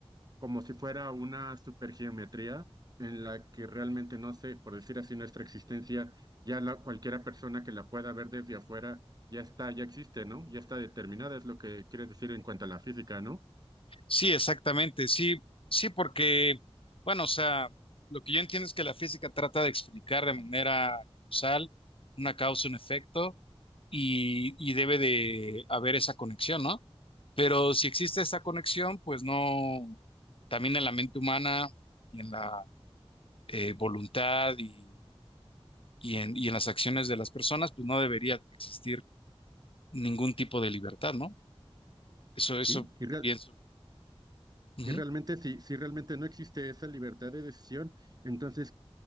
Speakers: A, on the right (about 40°); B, on the left (about 60°).
A: como si fuera una supergeometría en la que realmente no sé, por decir así, nuestra existencia, ya la, cualquiera persona que la pueda ver desde afuera, ya está, ya existe, ¿no? Ya está determinada, es lo que quiere decir en cuanto a la física, ¿no?
B: Sí, exactamente, sí, sí, porque, bueno, o sea, lo que yo entiendo es que la física trata de explicar de manera causal una causa, un efecto y, y debe de haber esa conexión, ¿no? Pero si existe esa conexión, pues no, también en la mente humana y en la eh, voluntad y, y en, y en las acciones de las personas, pues no debería existir ningún tipo de libertad, ¿no? Eso,
A: Sí,
B: eso
A: y real,
B: pienso. Ujú.
A: Y realmente, si, si realmente no existe esa libertad de decisión, entonces